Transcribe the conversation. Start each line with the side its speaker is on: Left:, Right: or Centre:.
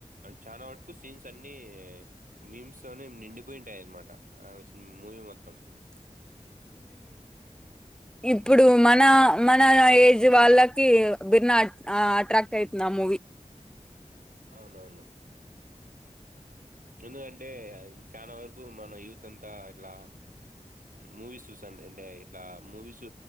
Right: చాలా వరకు సీన్స్ అన్ని మీమ్స్ నిండిపోయి ఉంటాయన్నమాట అవి సిం మూవీ మొత్తం
Centre: <inaudible> ఇప్పుడు మన మన ఏజ్ వాళ్ళకి భిన్న ఆ అట్రాక్ట్ అయితుంది ఆ మూవి
Right: అవునవును ఎందుకంటే అది చానా వరకు మన యూత్ అంత ఇ ఇట్లా మూవీస్ చూసాం అంటే ఇట్లా మూవీస్